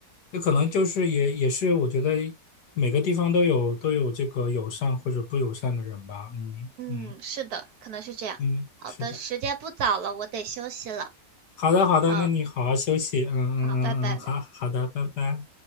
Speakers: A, on the left; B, on the right.
A: 那可能就是也也是我觉得每个地方都有都有这个友善或者不友善的人吧，嗯嗯
B: 嗯，是的，可能是这样。
A: 嗯，
B: 好的，
A: 是的。
B: 时间不早了，我得休息了。
A: 好的，好的，
B: 啊，
A: 那你好好休息。嗯嗯嗯嗯，
B: 好，拜拜。
A: 嗯好好的，拜拜。